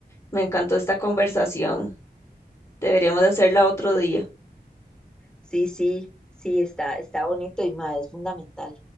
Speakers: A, on the left (about 25°); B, in the centre.
A: Me encantó esta conversación. Deberíamos de hacerla otro día.
B: Sí, sí, sí, está, está bonito y más, es fundamental.